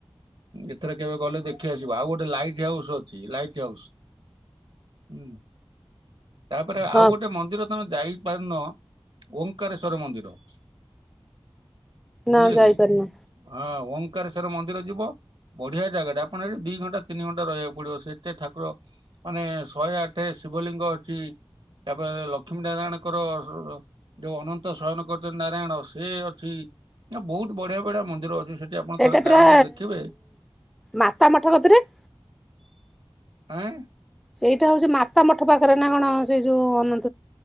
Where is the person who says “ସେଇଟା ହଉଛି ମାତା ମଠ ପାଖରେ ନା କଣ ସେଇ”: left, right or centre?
Centre